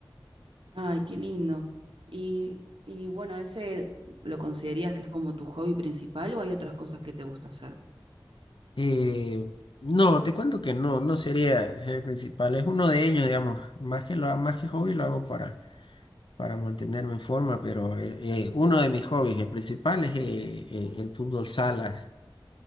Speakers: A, on the right (about 85°); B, on the left (about 70°).
A: Ay, qué lindo. Y, y bueno, ¿ese lo considerías que es como tu hobby principal o hay otras cosas que te gusta hacer?
B: Eh, no, te cuento que no, no sería el principal, es uno de ellos, digamos, más que lo, ha- más que hobby lo hago para, para mantenerme en forma, pero el- eh, uno de mis hobbies, el principal es eh, eh, el fútbol sala